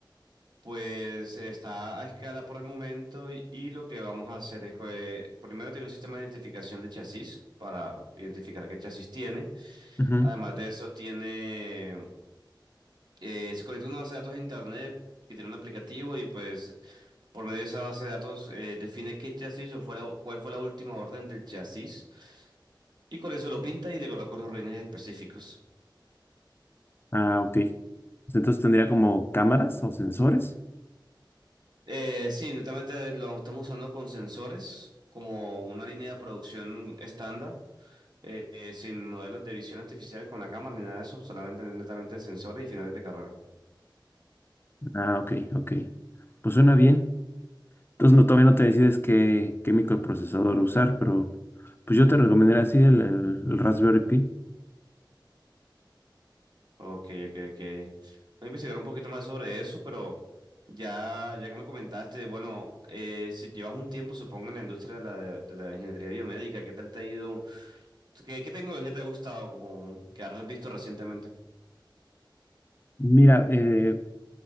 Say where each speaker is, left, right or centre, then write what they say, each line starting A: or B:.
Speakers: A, on the right; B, on the left.
A: pues está a escala por el momento. Y, y lo que vamos a hacer es que primero tiene un sistema de identificación de chasis para identificar qué chasis tiene.
B: Ujú.
A: Además de eso, tiene eh, se conecta a una base de datos de internet que tiene un aplicativo y pues. Por medio de esa base de datos, eh, define qué chasis o fue la- cuál fue la última orden del chasis y con eso lo pinta y le coloca unos rines específicos.
B: Ah, ok. Pues entonces tendría como cámaras o sensores.
A: Eh, sí, netamente lo estamos usando con sensores como una línea de producción estándar, eh, eh, sin modelos de visión artificial con la cámara ni nada de eso, solamente netamente sensores y finales de carrera.
B: Ah, ok, ok. Pues suena bien. Entonces no, todavía no te decides qué, qué microprocesador usar, pero pues yo te recomendaría así el, el- el Raspberry Pi.
A: Ok, ok, ok. Voy a investigar un poquito más sobre eso, pero ya, ya que me comentaste, bueno, eh, si llevas un tiempo, supongo, en la industria de la, de la ingeniería biomédica, ¿qué tal te ha ido? ¿Qué, qué tecnología te ha gustado como que has visto recientemente?
B: Mira, eh,